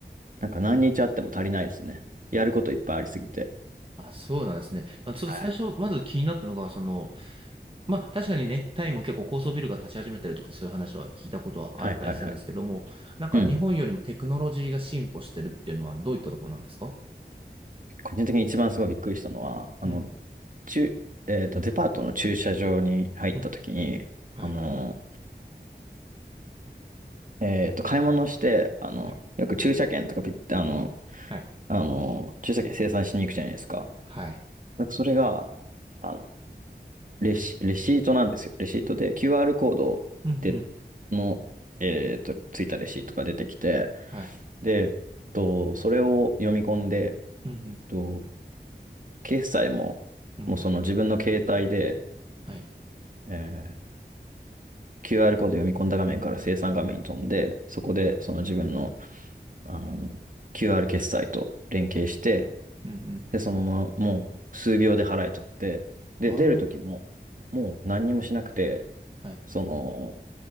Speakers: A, on the right (about 50°); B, on the right (about 30°).
A: なんか何日あっても足りないですね。やることいっぱいありすぎて。
B: あ、そうなんですね。あ、ちょっと最初、
A: はい。
B: まず気になったのが、その、まあ、確かにね、タイも結構高層ビルが立ち始めてるとか、そういう話は聞いたことはあったりするんですけども、
A: はいはいはい。
B: なんか日本よりもテクノロジーが進歩してるっていうのはどういったところなんですか
A: うん。個人的に一番すごいびっくりしたのは、あの、
B: うん、
A: 中、えっと、デパートの駐車場に入った時に、
B: うん、
A: あの、
B: はい、
A: えっと、買い物して、あの、
B: はい、
A: よく駐車券とかピッて、あの、
B: はい、
A: あの、駐車券生産しに行くじゃないですか。
B: はい、
A: なんかそれが、あの、レシ、レシートなんですよ。レシートで QR コードで、
B: うん、うん、
A: の、えっと、ついたレシートが出てきて、
B: はい、
A: で、えっと、それを読み込んで、えっ
B: うん、
A: と、決済も、
B: うん、うん、
A: もうその自分の携帯で、
B: はい、
A: えー QR コード読み込んだ画面から生産画面に飛んで、そこでその自分の、あの、QR 決済と連携して、
B: はい、うん、うん、
A: で、そのまま、もう数秒で払えちゃって、で、
B: は
A: 出る時も、もう何にもしなくて、
B: あ、はい、
A: その、